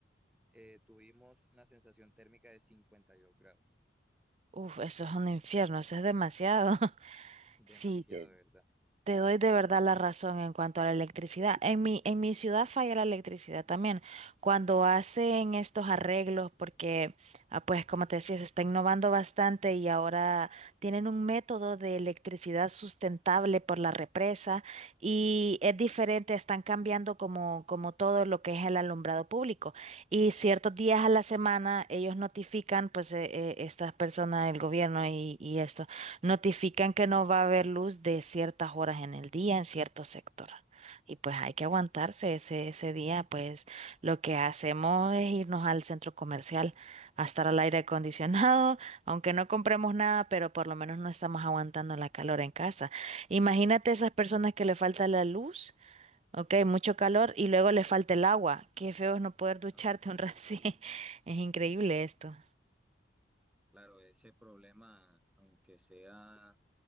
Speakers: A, in the centre; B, on the right.
A: Eh, tuvimos una sensación térmica de 52 grados.
B: Uf, eso es un infierno, eso es demasiado. <laughs>
A: demasiado,
B: Sí,
A: de ¿verdad?
B: Te doy de verdad la razón en cuanto a la electricidad. En mi, en mi ciudad falla la electricidad también. Cuando hacen estos arreglos, porque, ah, pues como te decía, se está innovando bastante y ahora tienen un método de electricidad sustentable por la represa y es diferente, están cambiando como, como todo lo que es el alumbrado público. Y ciertos días a la semana ellos notifican, pues, eh, eh, estas personas, el gobierno y y esto. Notifican que no va a haber luz de ciertas horas en el día en cierto sector. Y pues hay que aguantarse ese, ese día, pues lo que hacemos es irnos al centro comercial a estar al aire acondicionado, <laughs> aunque no compremos nada, pero por lo menos no estamos aguantando la calor en casa. Imagínate esas personas que le falta la luz, ok, mucho calor, y luego le falta el agua. Qué feo es no poder ducharte
A: No, increíble.
B: un rato <laughs> sí Es increíble esto.
A: Claro, ese problema, aunque sea